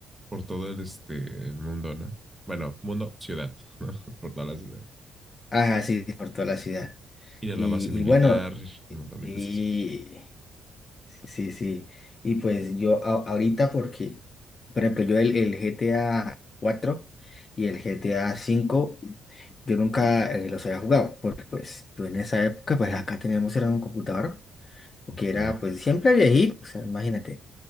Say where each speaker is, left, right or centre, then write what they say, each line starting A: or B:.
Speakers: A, in the centre; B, on the left.
A: por todo el, este, el mundo, ¿no? Bueno, mundo, ciudad, <laughs> ¿no? Por toda la ciudad.
B: Ajá, sí, sí, por toda la ciudad.
A: ir
B: Y,
A: a la base militar
B: y bueno,
A: y un montón
B: sí,
A: de cosas más.
B: sí, sí. Y pues yo a- ahorita, porque, por ejemplo, yo el, el GTA cuatro y el GTA cinco Yo nunca eh, los había jugado, porque pues yo en esa época, pues acá teníamos era un computador
A: Ok.
B: que era pues siempre viejito, o sea, imagínate,